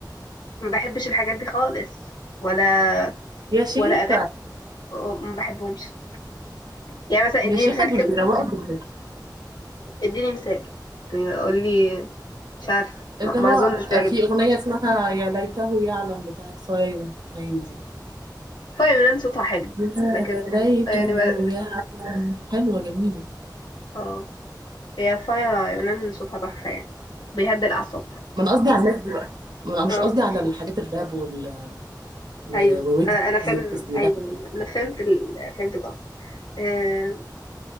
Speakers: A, on the left (about 75°); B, on the right (about 65°).
A: ما بحبش الحاجات دي خالص ولا
B: يا شيخه
A: ولا اغاني أو- ما بحبهمش يعني مثلا اديني
B: يا شيخه
A: مثال
B: دول
A: كده
B: بيروقوا
A: اديني مثال يعني قولي لي مش عارفه ما,
B: اللي
A: ما
B: هو
A: اظنش بيعجبني
B: في أغنية اسمها يا ليته يعلم بتاعت فاي ونايم دي
A: فايا يونان صوتها حلو
B: يا
A: لكن
B: ليته
A: يعني ما...
B: يعلم حلوة جميلة
A: اه هي فايا يونان صوتها تحفه يعني بيهدي الاعصاب
B: ما أنا قصدي على الناس دي بقى ما أنا مش
A: اه
B: قصدي على الحاجات الراب وال... و-
A: ايوه
B: وويجز
A: انا انا فاهم
B: والناس دي
A: ايوه
B: لا
A: انا فهمت ال... فهمت غلط آه،